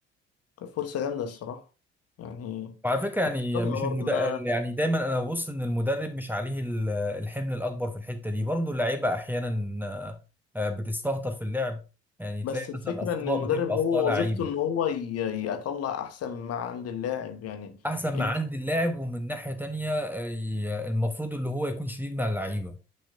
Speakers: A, on the left (about 45°); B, in the centre.
A: كانت فرصه جامده الصراحه يعني
B: وعلى فكرة يعني
A: بس يلا
B: مش
A: برضه
B: المدرب
A: ده
B: يعني دايما انا ببص ان المدرب مش عليه ال- الحمل الاكبر في الحتة دي برضه اللعيبة احيانا آه، آه، بتستهتر في اللعب يعني تلاقي
A: بس الفكرة
B: مثلا اخطاء
A: إن المدرب
B: بتبقى
A: هو
B: اخطاء لعيبة
A: وظيفته إن هو ي- يطلع أحسن ما عند اللاعب يعني
B: احسن ما
A: أنت
B: عند اللاعب ومن ناحية تانية آه، ي- المفروض اللي هو يكون شديد مع اللعيبة